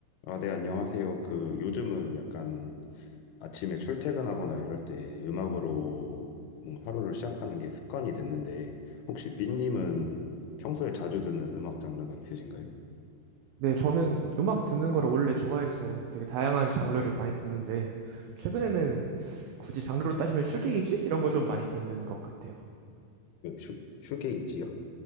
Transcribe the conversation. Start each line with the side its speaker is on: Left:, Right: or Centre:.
Left: 아, 네, 안녕하세요. 그, 요즘은 약간 아침에 출퇴근하거나 이럴 때 음악으로 뭔가 하루를 시작하는 게 습관이 됐는데, 혹시 삐님은 평소에 자주 듣는 음악 장르가 있으신가요?
Right: 네, 저는 음악 듣는 거를 원래 좋아해서 되게 다양한 장르를 많이 듣는데, 최근에는 굳이 장르로 따지면 슈게이즈? 이런 거 좀 많이 듣는 것 같아요.
Left: 네, 슈, 슈게이지요?